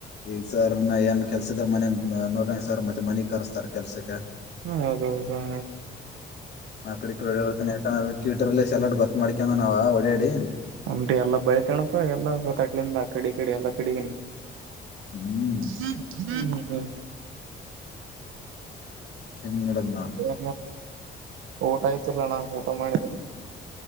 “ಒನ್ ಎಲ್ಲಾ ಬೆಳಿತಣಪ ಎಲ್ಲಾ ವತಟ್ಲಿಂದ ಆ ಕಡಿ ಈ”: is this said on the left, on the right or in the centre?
Right